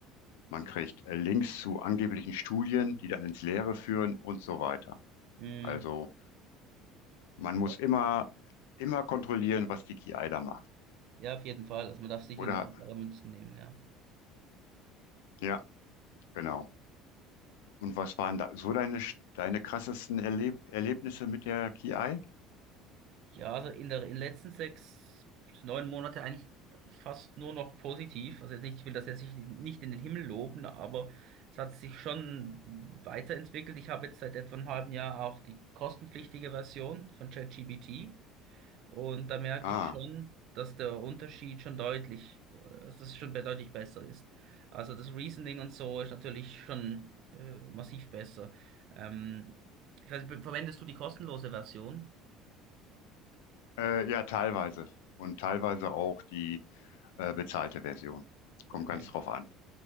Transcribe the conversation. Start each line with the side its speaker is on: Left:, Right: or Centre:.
Left: man kriegt äh, Links zu angeblichen Studien, die dann ins Leere führen und so weiter.
Right: Das,
Left: Also Man muss
Right: Ja,
Left: immer, immer kontrollieren, was die KI da macht.
Right: ja, auf jeden Fall. Also man darf sicher
Left: Oder?
Right: nicht für bare Münzen nehmen, ja.
Left: Ja, genau. Und was waren da so deine, sch- deine krassesten Erleb Erlebnisse mit der KI?
Right: Ja, also in der, in den letzten sechs bis neun Monate eigentlich fast nur noch positiv. Also jetzt nicht, ich will das jetzt nicht nicht in den Himmel loben, aber es hat sich schon weiterentwickelt. Ich habe jetzt seit etwa einem halben Jahr auch die kostenpflichtige Version von ChatGPT. Und da merke
Left: Ah,
Right: ich schon, dass der Unterschied schon deutlich, äh, dass es schon deutlich besser ist. Also das Reasoning und so ist natürlich schon äh, massiv besser. Ähm, ich weiß nicht, verwendest du die kostenlose Version?
Left: äh, ja, teilweise. Und teilweise auch die äh, bezahlte Version. Kommt
Right: Okay.
Left: ganz drauf an.